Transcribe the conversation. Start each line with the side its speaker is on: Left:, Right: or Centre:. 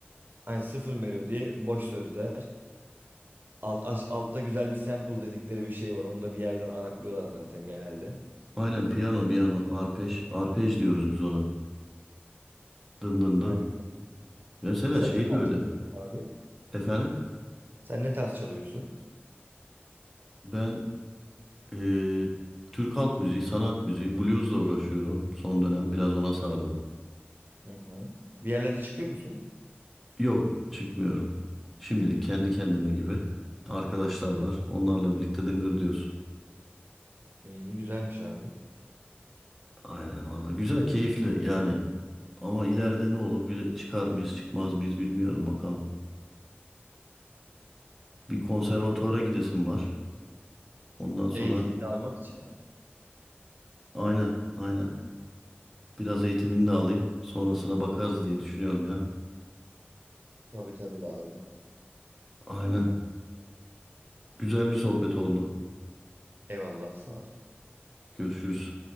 Right: Yani sıfır melodi, boş sözler. Alt, aş- altta güzel bir sample dedikleri bir şey var. Onu da bir yerden araklıyorlar zaten genelde.
Centre: Aynen piyano, miyano, arpej. Arpej diyoruz biz ona. Dın dın dın.
Right: Aynen.
Centre: Mesela
Right: Sen
Centre: şey
Right: ne tarz
Centre: de öyle.
Right: çalıyorsun abi?
Centre: Efendim?
Right: Sen ne tarz çalıyorsun?
Centre: Ben Ee, Türk halk müziği, sanat müziği, bluesla uğraşıyorum. Son dönem biraz ona sardım.
Right: Hı hı. Bir yerlerde çıkıyor musun?
Centre: Yok, çıkmıyorum. Şimdilik kendi kendime gibi. Arkadaşlar var. Onlarla birlikte dıngır diyoruz.
Right: İyi, güzelmiş abi.
Centre: Aynen valla. Güzel, keyifli yani. Ama ileride ne olur? Bir çıkar mıyız, çıkmaz mıyız bilmiyorum bakalım. Bir konservatuvara gidesim var. Ondan sonra
Right: Eğitim almak için mi?
Centre: aynen, aynen. Biraz eğitimini de alayım. Sonrasına bakarız diye düşünüyorum ya.
Right: Tabii tabii lazım.
Centre: Aynen. Güzel bir sohbet oldu.
Right: Eyvallah, sağ ol.
Centre: Görüşürüz.